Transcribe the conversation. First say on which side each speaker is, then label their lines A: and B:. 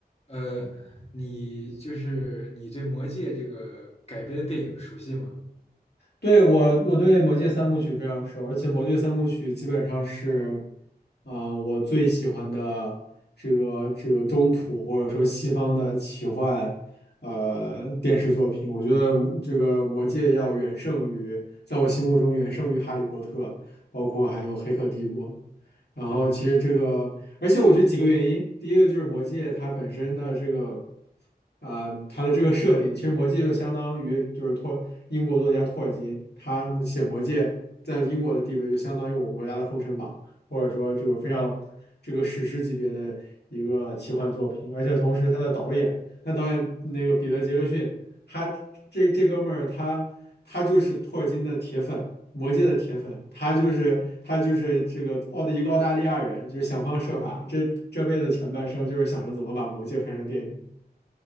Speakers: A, on the left; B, on the left.
A: 呃，你就是你对《魔戒》这个改编的电影熟悉吗？
B: 对，我，我对《魔戒》三部曲非常熟，而且《魔戒》三部曲基本上是，呃，我最喜欢的这个这个中土或者说西方的奇幻，呃，电视作品。我觉得这个《魔戒》要远胜于，在我心目中远胜于《哈利波特》，包括还有《黑客帝国》。然后其实这个，
A: 嗯，
B: 而且我觉得几个原因，第一个就是《魔戒》它本身的这个。啊，它的这个设定，其实《魔戒》就相当于就是托英国作家托尔金，他们写《魔戒》在英国的地位就相当于我们国家的《封神榜》，或者说就是非常这个史诗级别的一个奇幻作品。而且同时，他的导演，那导演那个彼得·杰克逊，他这这哥们儿他他就是托尔金的铁粉，《魔戒》的铁粉，他就是他就是这个澳的一个澳大利亚人，就是想方设法，这这辈子前半生就是想着怎么把《魔戒》拍成电影。